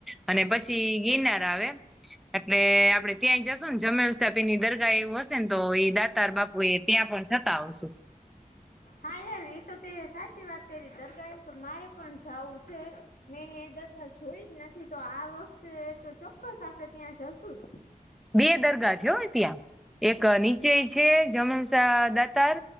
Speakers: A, in the centre; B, on the left (about 80°).
A: અને પછી ગિરનાર આવે. એટલે આપડે ત્યાંય જશું ને જમેલસાપી ની દરગાહ એવું હશે ને તો એઈ દા તાર બાપુ એ ત્યાં પણ જતા આવશું.
B: હા યાર એ તો તે સાચી વાત કરી દરગાહ તો મારે પણ જવું છે. મેં એ દદા જોઈ જ નથી તો આ વખતે તો ચોક્કસ આપડે ત્યાં જશું જ.
A: બે દરગાહ છે હો ત્યાં. એક નીચેય છે જમનસા દાતાર